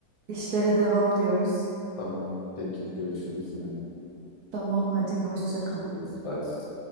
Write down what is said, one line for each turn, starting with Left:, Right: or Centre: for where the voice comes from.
Right: işlere devam diyoruz.
Left: tamam. Peki, görüşürüz yine.
Right: Tamam hadi hoşça
Left: Görüşürüz.
Right: kal.
Left: Bye. bye.